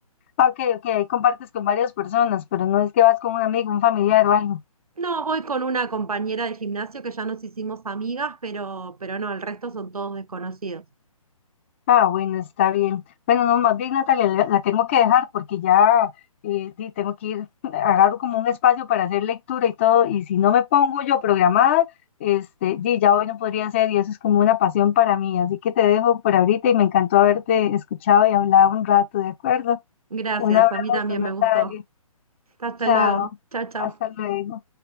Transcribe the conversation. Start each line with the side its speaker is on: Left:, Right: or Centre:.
Left: Ah, Ok, ok, ahí compartes con varias personas, pero no es que vas con un amigo, un familiar o algo.
Right: No, voy con una compañera de gimnasio que ya nos hicimos amigas, pero, pero no, el resto son todos desconocidos.
Left: Ah, bueno, está bien. Bueno, no, más bien, Natalia, la, la tengo que dejar porque ya eh, sí, tengo que ir, <laughs> agarro como un espacio para hacer lectura y todo, y si no me pongo yo programada, este, sí, ya hoy no podría ser, y eso es como una pasión para mí. Así que te dejo por ahorita y me encantó haberte escuchado y hablado un rato, ¿de acuerdo?
Right: Gracias,
Left: Un abrazo,
Right: a mí también
Left: Natalia.
Right: me gustó. Hasta
Left: Chao.
Right: luego. Chao, chao.
Left: Hasta luego.